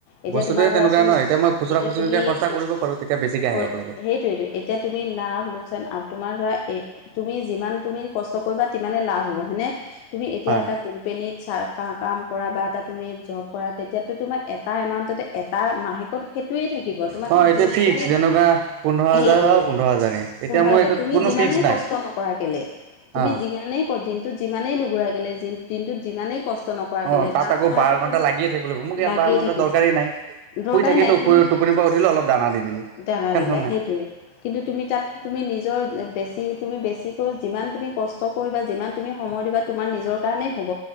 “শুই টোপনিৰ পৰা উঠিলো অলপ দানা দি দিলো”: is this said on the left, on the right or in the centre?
Right